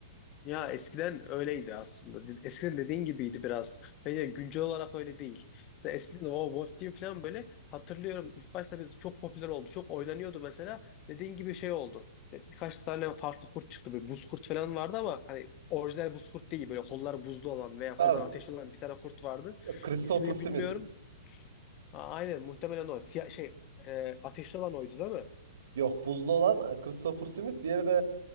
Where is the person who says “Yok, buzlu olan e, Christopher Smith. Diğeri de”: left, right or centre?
Right